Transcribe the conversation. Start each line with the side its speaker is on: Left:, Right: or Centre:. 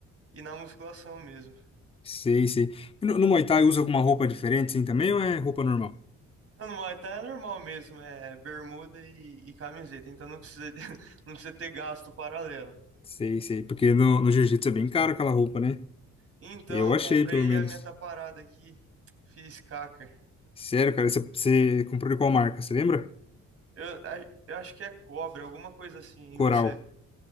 Right: e na musculação mesmo.
Left: Sei, sei. E no, no Muay Thai usa alguma roupa diferente, assim, também, ou é roupa normal?
Right: Não, no Muay Thai é normal mesmo, é bermuda e, e camiseta, então não precisa, <laughs> não precisa ter gasto paralelo.
Left: Sei, sei. Porque no, no Jiu-Jitsu é bem caro aquela roupa, né?
Right: Então,
Left: Eu
Right: eu
Left: achei,
Right: comprei
Left: pelo menos.
Right: a minha taparada aqui, fiz caca.
Left: Sério, cara, você, você comprou de qual marca? Você lembra?
Right: Eu, a- eu acho que é cobra, alguma coisa assim,
Left: Coral.
Right: e você?